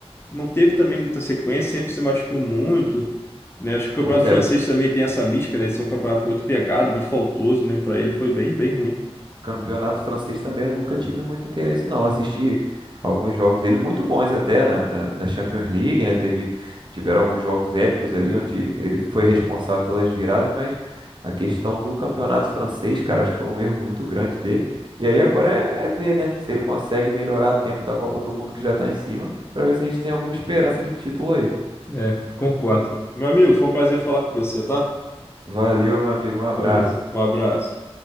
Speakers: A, on the left (about 25°); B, on the right (about 45°).
A: não teve também muita sequência, sempre se machucou muito, né? Acho que o
B: pois
A: campeonato
B: é,
A: francês também tem essa mística, né, de ser um campeonato muito pegado, muito faltoso, né? Para ele foi bem, bem ruim.
B: Campeonato francês também eu nunca tive muito interesse, não. Assisti alguns jogos dele, muito bons até, na, na, na Champions League, né? Teve, tiveram alguns jogos épicos ali, onde ele foi responsável pelas viradas, mas a questão do campeonato francês, cara, acho que foi um erro muito grande dele. E aí agora é, é ver, né? Se ele consegue melhorar a tempo da Copa do Mundo, que já tá em cima, pra ver se a gente tem alguma esperança de título aí.
A: É, concordo. Meu amigo, foi um prazer falar com você, tá?
B: Valeu, meu amigo, um abraço.
A: Valeu, um abraço.